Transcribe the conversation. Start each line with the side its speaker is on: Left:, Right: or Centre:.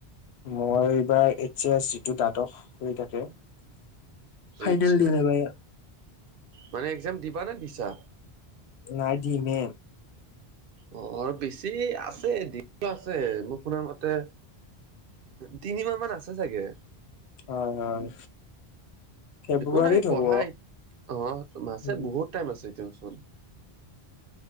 Left: মই এইবাৰ এইছ এছ যিটো দ্বাদশ হৈ থাকে ফাইনেল
Right: আচ্ছা
Left: দিম এইবাৰ ইয়াত।
Right: মানে এক্সাম দিবানে দিছা?
Left: নাই দিম হে।
Right: অ', আৰু বেছি আছে দিন আছে মোক শুনাৰ মতে তিনি মাহ মান আছে চাগে।
Left: হয়, হয়। ফেব্ৰুৱাৰীত
Right: একো নাই পঢ়াই
Left: হ'ব
Right: অ' আছে
Left: উম
Right: বহুত টাইম আছে এতিয়া ওচৰত।